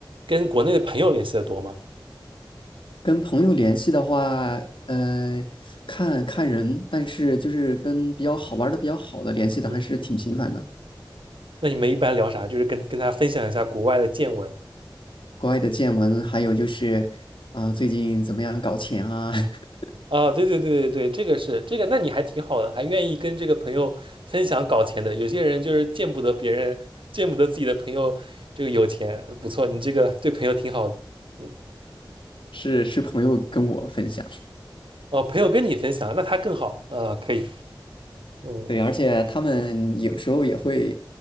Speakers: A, on the right; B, on the left.
A: 跟国内的朋友联系的多吗？
B: 跟朋友联系的话，呃，看看人，但是就是跟比较好玩的、比较好的联系的还是挺频繁的。
A: 嗯，那你们一般聊啥？就是跟跟他分享一下国外的见闻。
B: 国外的见闻，还有就是啊、最近怎么样搞钱啊？<laughs>
A: 啊，对对对对对，这个是这个，那你还挺好的，还愿意跟这个朋友分享搞钱的。有些人就是见不得别人，见不得自己的朋友这个有钱，不错，你这个对朋友挺好的。嗯，
B: 是是朋友跟我分享，
A: 哦，朋友跟你分享，那他更好啊，可以。嗯
B: 对，而且他们有时候也会，